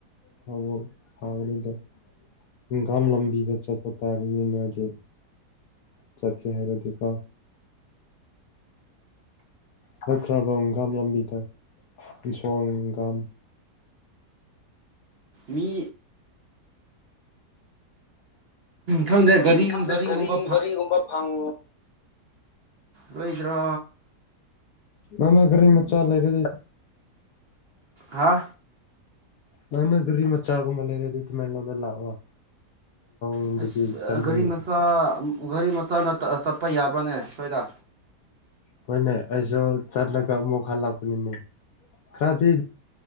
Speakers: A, on the left; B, on the right.
A: <unintelligible> ꯘꯥꯝ ꯂꯝꯕꯤꯗ ꯆꯠꯄ ꯇꯥꯔꯤꯅꯦ ꯃꯥꯗꯤ ꯆꯠꯀꯦ ꯍꯥꯏꯔꯗꯤꯀꯣ ꯍꯣꯢ ꯈ꯭ꯔꯥꯕꯝꯘꯥꯝ ꯂꯝꯕꯤꯗ ꯀ꯭ꯔꯤꯁꯦꯟꯘꯥꯝ
B: ꯃꯤ ꯈꯪꯗꯦ ꯒꯥꯔꯤ
A: ꯎꯝ ꯈꯪꯗꯦ
B: ꯒꯥꯔꯤꯒꯨꯝꯕ
A: ꯒꯔꯤ ꯒꯔꯤꯒꯨꯝꯕ ꯐꯪ
B: ꯔꯣꯏꯗ꯭ꯔꯥ
A: ꯅꯪꯅ ꯒꯔꯤ ꯃꯆꯥ ꯂꯩꯔꯗꯤ
B: ꯍꯥ
A: ꯅꯪꯅꯒꯔꯤ ꯃꯆꯥꯒꯨꯝꯕ ꯂꯩꯔꯗꯤ ꯊꯤꯜꯂꯝꯃꯒ ꯂꯥꯛ ꯑꯣ UNINTELLIGIBLE
B: ꯑꯁ ꯒꯥꯔꯤ ꯃꯆꯥ ꯒꯥꯔꯤ ꯃꯆꯥꯅꯠ ꯆꯠꯄ ꯌꯥꯕ꯭ꯔꯥꯅꯦ ꯁ꯭ꯋꯥꯏꯗ
A: ꯍꯣꯏꯅꯦ ꯑꯩꯖꯨ ꯆꯠꯂꯒ ꯑꯃꯨꯛ ꯍꯜꯂꯛꯄꯅꯤꯅꯦ ꯈ꯭ꯔꯗꯤ